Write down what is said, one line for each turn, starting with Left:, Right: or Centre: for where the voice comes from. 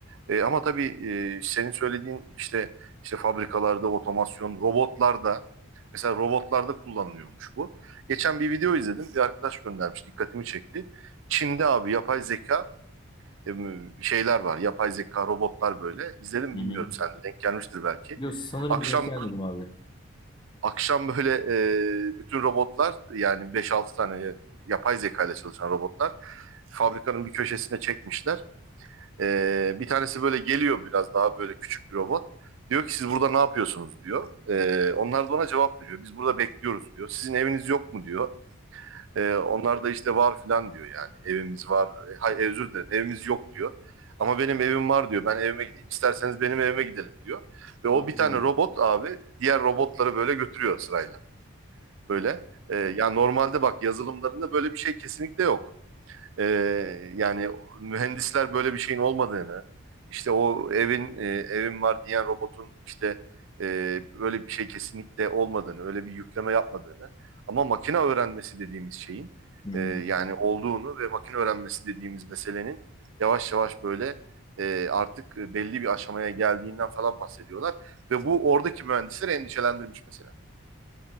Right: E, ama tabii e, senin söylediğin işte işte fabrikalarda otomasyon, robotlarda mesela robotlarda kullanılıyormuş bu. Geçen bir video izledim. Bir arkadaş göndermiş, dikkatimi çekti. Çin'de abi yapay zeka e, şeyler var. Yapay zeka robotlar böyle. İzledim mi
Left: Hı
Right: bilmiyorum
Left: hı.
Right: sen de denk gelmiştir belki.
Left: <laughs> yok sanırım
Right: Akşam
Left: denk gelmedim abi.
Right: akşam böyle e, bütün robotlar yani beş altı tane yapay zeka ile çalışan robotlar fabrikanın bir köşesine çekmişler. E, bir tanesi böyle geliyor biraz daha böyle küçük bir robot. Diyor ki siz burada ne yapıyorsunuz diyor. E, onlar da ona cevap veriyor. Biz burada bekliyoruz diyor. Sizin eviniz yok mu diyor. E, onlar da işte var filan diyor yani. Evimiz var. E, Hay e, özür dilerim evimiz yok diyor. Ama benim evim var diyor. Ben evime gideyim. İsterseniz benim evime gidelim diyor. Ve
Left: Oo.
Right: o bir tane robot abi diğer robotları böyle götürüyor sırayla. Böyle. E, yani normalde bak yazılımlarında böyle bir şey kesinlikle yok e, yani mühendisler böyle bir şeyin olmadığını işte o evin e, evin var diyen robotun işte e, öyle bir şey kesinlikle olmadığını öyle bir yükleme yapmadığını ama makine öğrenmesi dediğimiz şeyin
Left: Hı hı.
Right: e, yani olduğunu ve makine öğrenmesi dediğimiz meselenin yavaş yavaş böyle e, artık belli bir aşamaya geldiğinden falan bahsediyorlar ve bu oradaki mühendisleri endişelendirmiş mesela.